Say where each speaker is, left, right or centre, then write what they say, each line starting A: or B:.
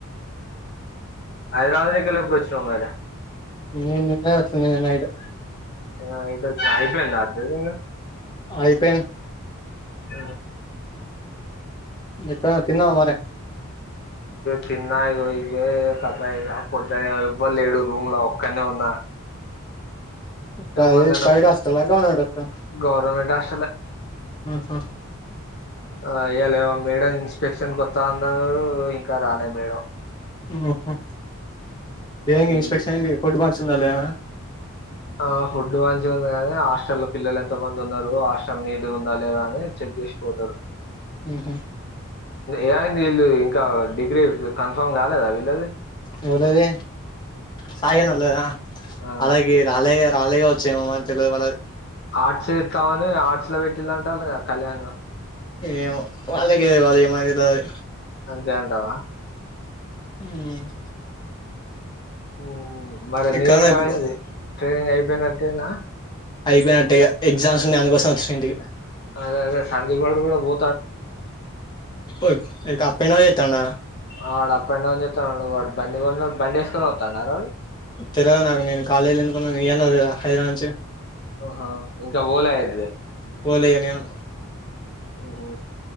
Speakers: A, on the left; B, on the left.
A: హైదరాబాద్ కెళ్ళి కరోనా ఎప్పుడు వచ్చినావ్ మరి.
B: నేను నిన్నే వచ్చనా నిన్న నైట్.
A: ఇగ ఈడకు వచ్చిన అయిపోయిందా డ్యూటీ ఇంగ
B: అయిపోయింది.
A: ఉ
B: ఇంకా తిన్నావా మరి.
A: తిన్నా ఇగే కథా ఇక పొద్దునే ఇవ్వలేడు రూమ్ లో ఒక్కనే ఉన్నా.
B: ప్రై
A: ఎవ్వనికన్నా
B: ప్రైవేట్ హాస్టల్ ఆ గవర్మెంట్ హాస్టల్ ఆ
A: గవర్నమెంట్ హాస్టలే
B: ఆహా!
A: ఆ ఇయ్యలేవో మేడం ఇన్స్పెక్షన్ కొత్తా అన్నారు. ఇంకా రాలే మేడం.
B: హ ఏంది
A: ఈ
B: ఇన్స్పెక్షన్ ఏంటి ఫుడ్ మంచిగా ఉన్నదా లేదా అనా?
A: ఆ ఫుడ్ మంచిగా ఉంది కాని హాస్టల్ లో పిల్లలు ఎంత మంది ఉన్నారు. హాస్టల్ నీటి గా ఉందా లేదా అని. చెక్ చేసి పోతారు.
B: ఉహు
A: ఏమయింది వీళ్ళు ఇంకా డిగ్రీ కన్ఫర్మ్ కాలేదా వీళ్ళది.
B: ఎవలది సాయి అన్న ఉండ్లేదా
A: ఆ
B: అలాగే రాలేయ రాలే గాచ్చామో అని తెలివదు మనకు
A: ఆర్ట్స్ ఇస్తామని ఆర్ట్స్ లో పెట్టిలా అంటారు కదా కళ్యాణి వాళ్లు
B: ఏమో వాళ్ళకి తేల్వాల్ మక్వైతే తెల్వది
A: అంతేంటావా
B: హమ్
A: ఉమ్, మరి
B: ఎక్కడున్నావు
A: నీదేమైంది
B: ఇప్పుడు
A: ట్రైనింగ్ అయిపోయినట్టేనా
B: అయిపోయినట్టే ఇగా ఎగ్జామ్స్ ఉన్నాయి అందుకోసం వచ్చినంటికి
A: అదే అదే సందీప్ గాడు కూడా పో
B: అప్ అండ్ డౌన్ చెత్తాండా
A: ఆ అప్ అండ్ డౌన్ చేస్తాన్నాడు వాడు బండి కకొన్నాడు బండి వేసుకొని వతాన్నాడ వాడు
B: తెలీదు నాకు నేను కాలేజీ ఎందుకున్నాను ఇయాలనే వ హైదరాబాద్ నుంచి
A: ఓహో ఇంకా పోలే అయితే
B: పోలే ఇగ నేను
A: ఉహు.